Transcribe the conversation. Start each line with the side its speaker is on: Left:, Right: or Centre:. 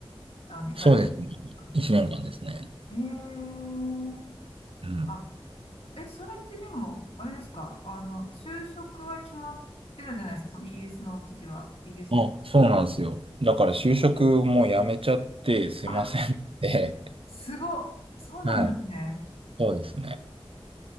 Left: あの、行かれたんですかね。
Right: そうですね。1年間ですね。
Left: えー、
Right: うん。
Left: あ、え、それってでも、あれですかあの、就職は決まってたじゃないですか、そのイギリスの時は、イギリス行く時は。
Right: あ、そうなんですよ。だから就職もやめちゃってすいませんって。
Left: うんあ、すごい、そうなんですね。
Right: <laughs> はい。そうですね。